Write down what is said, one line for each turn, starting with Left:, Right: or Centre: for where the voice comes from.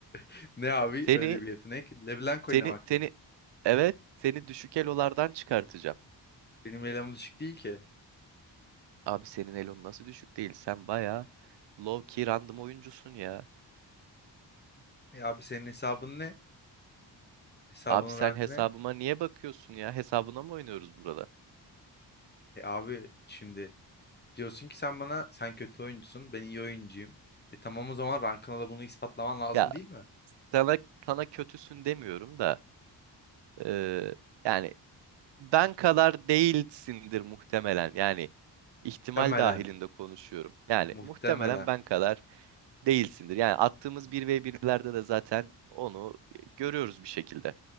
Left: <laughs> Ne abi
Right: Seni
Left: öyle bir yetenek? LeBlanc oynamak
Right: seni seni
Left: mı?
Right: evet seni düşük elolardan çıkartacağım.
Left: Benim level'im düşük değil ki.
Right: Abi senin elon nasıl düşük değil? Sen baya low key random oyuncusun ya.
Left: E abi senin hesabın ne? Hesabının
Right: Abi sen
Left: rankı
Right: hesabıma
Left: ne?
Right: niye bakıyorsun ya? Hesabına mı oynuyoruz burada?
Left: E abi şimdi diyorsun ki sen bana sen kötü oyuncusun ben iyi oyuncuyum. E tamam o zaman rankına da bunu ispatlaman lazım
Right: Ya
Left: değil mi?
Right: sana sana kötüsün demiyorum da eee, yani ben kadar değilsindir muhtemelen. Yani ihtimal
Left: Muhtemelen.
Right: dahilinde konuşuyorum. Yani
Left: Muhtemelen.
Right: muhtemelen ben kadar değilsindir. Yani attığımız bir ve birlerde de zaten onu görüyoruz bir şekilde.